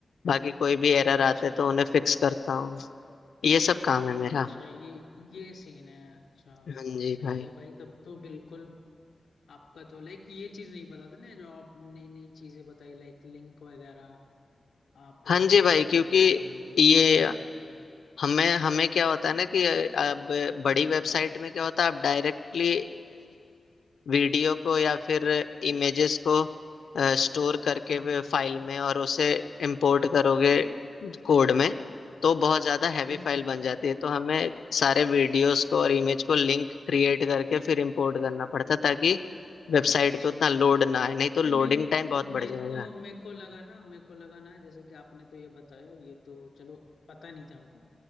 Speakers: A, on the left; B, on the left.
A: बाकी कोई भी एरर
B: अच्छा
A: आते हैं तो उन्हें फिक्स करता हूँ ये सब काम है मेरा
B: अच्छा ये ये सीन है अच्छा
A: हाँ जी
B: सही
A: भाई
B: है भाई तब तो बिल्कुल आपका तो लाइक ये चीज नहीं पता था ना जो आप नई नई चीजें बताई लाइक लिंक वगैरह आप वो
A: हाँ जी भाई
B: करते
A: क्योंकि
B: हो वेबसाइट
A: ये
B: वगैरह पे
A: हमें हमें क्या होता है ना कि अब बड़ी
B: हम्म
A: वेबसाइट
B: हम्म
A: में क्या होता है आप डायरेक्टली वीडियो को या फिर इमेजेस को स्टोर करके
B: हम्म
A: वे फाइल
B: हम्म
A: में और उसे इंपोर्ट करोगे कोड में तो बहुत ज़्यादा हैवी
B: हम्म
A: फाइल
B: हम्म,
A: बन
B: हम्म।
A: जाती है तो हमें सारे वीडियोस को और इमेज को लिंक क्रिएट करके फिर इंपोर्ट करना पड़ता है ताकि वेबसाइट
B: अच्छा
A: पे उतना लोड
B: भाई
A: ना आए नहीं तो
B: नहीं
A: लोडिंग
B: मेरे को
A: टाइम बहुत बढ़
B: मेरे
A: जाएगा
B: को मेरे को लगा ना मेरे को लगा ना जैसे कि आपने तो ये बताया ये तो चलो पता नहीं था मेरे को